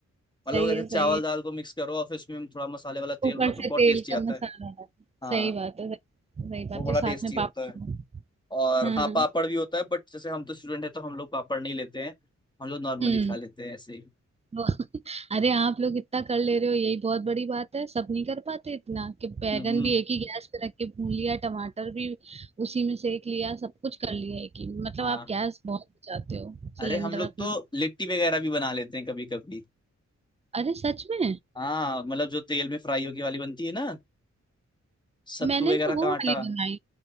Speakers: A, on the left; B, on the right.
A: मतलब
B: सही
A: अगर जैसे
B: है सही
A: चावल
B: है
A: दाल को मिक्स करो और फिर उसमें थोड़ा मसाले वाला तेल
B: ऊपर
A: हो ना तो
B: से
A: बहुत
B: तेल
A: टेस्टी आता
B: का मसाला
A: है
B: डाल
A: हाँ
B: सही बात है सही सही बात
A: वो बड़ा
B: है
A: टेस्टी
B: साथ में पापड़
A: होता है और
B: हम्म
A: हाँ पापड़ भी होता है बट जैसे हम तो स्टूडेंट है तो हम लोग पापड़ नहीं लेते हैं हम लोग नॉर्मली
B: हम्म
A: खा लेते हैं ऐसे ही
B: वो- <laughs> अरे आप लोग इतना कर ले रहे हो यही बहुत बड़ी बात है सब नहीं कर पाते इतना कि बैगन
A: हम्म हम्म,
B: भी एक ही गैस पे रख के भून लिया टमाटर भी उसी में सेक लिया सब कुछ कर लिया एक ही मतलब
A: हाँ
B: आप गैस बहुत बचाते हो सिलेंडर
A: अरे हम लोग
B: अपना
A: तो लिट्टी वगैरह भी बना लेते हैं कभी कभी
B: अरे सच में
A: हाँ मतलब जो तेल में फ्राई होगी वाली बनती है ना सत्तू
B: मैंने
A: वगैरह
B: ना वो
A: का
B: वाली
A: आटा
B: बनाई